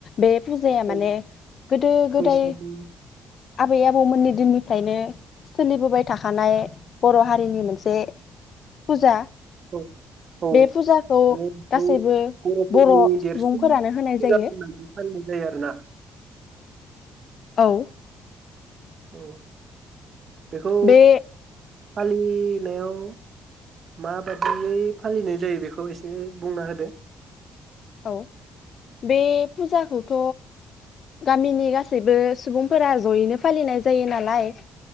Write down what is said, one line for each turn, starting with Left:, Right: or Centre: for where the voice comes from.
Left: बे फुजाया
Right: औ
Left: माने गोदो गोदाय
Right: बैसागु
Left: आबै आबौमोननि दिननिफ्रायनो सोलिबोबाय थाखानाय बर' हारिनि मोनसे फुजा।
Right: औ औ
Left: बे फुजाखौ
Right: माने बेखौ
Left: गासैबो
Right: बर'फोरनि
Left: बर'
Right: देरसिन
Left: सुबुंफोरानो होनाय
Right: फुजा
Left: जायो।
Right: होननानै फालिनाय जायो आरोना।
Left: औ
Right: औ। बेखौ
Left: बे
Right: फालिनायाव माबादियै फालिनाय जायो बेखौ एसे बुंना होदो।
Left: औ बे फुजाखौथ' गामिनि गासैबो सुबुंफोरा जयैनो फालिनाय जायो नालाय